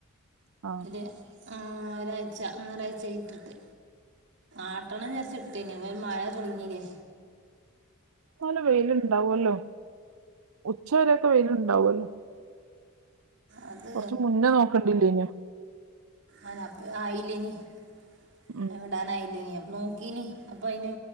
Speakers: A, on the right; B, on the right.
A: ആഹ്.
B: ഒരു ആ ഒരാഴ്ച ഒന്നൊരാഴ് ചായി ഇട്ടിട്ട്. ആട്ടെണം വിചാരിച്ചിട്ടിന്. <unintelligible> മഴ തുടങ്ങില്ലേ.
A: നല്ല വെയിലുണ്ടാവുല്ലോ, ഉച്ചവരെക്കെ വെയിലുണ്ടാവുല്ലോ.
B: അത്
A: കുറച്ചു മുന്നേ നോക്കണ്ടില്ലേന്.
B: ആന അപ്പ ആയില്ലേനി. <unintelligible>
A: ഉം
B: ഇടാനായില്ലേനി അപ്പ നോ ക്കിനി, അപ്പ അയിന്